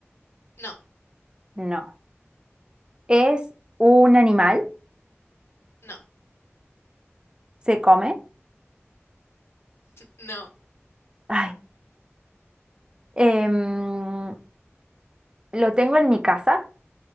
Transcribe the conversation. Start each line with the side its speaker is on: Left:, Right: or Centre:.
Left: No,
Right: No. ¿Es un animal?
Left: no,
Right: ¿Se come?
Left: no,
Right: Ay. em, ¿lo tengo en mi casa?